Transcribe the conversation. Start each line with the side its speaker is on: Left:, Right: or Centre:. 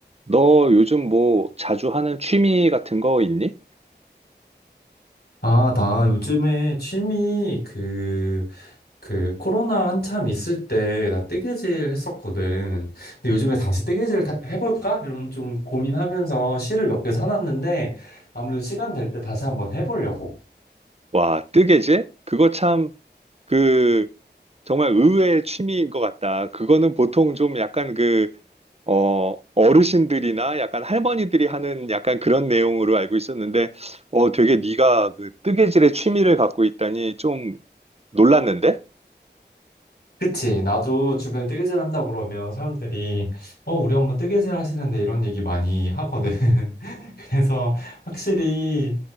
Right: 너 요즘 뭐 자주 하는 취미 같은 거 있니?
Left: 아, 나 요즘에 취미 그, 그 코로나 한참 있을 때 나 뜨개질 했었거든. 근데 요즘에 다시 뜨개질 다- 해볼까? 이런 좀 고민하면서 실을 몇 개 사놨는데 아무래도 시간 될 때 다시 한번 해보려고.
Right: 와, 뜨개질? 그거 참, 그, 정말 의외의 취미인 것 같다. 그거는 보통 좀 약간 그, 어, 어르신들이나 약간 할머니들이 하는 약간 그런 내용으로 알고 있었는데, 어, 되게 네가 그 뜨개질의 취미를 갖고 있다니 좀 놀랐는데?
Left: 그치? 나도 주변에 뜨개질 한다 그러면 사람들이 어, 우리 엄마 뜨개질 하시는데 이런 얘기 많이 하거든. 그래서 확실히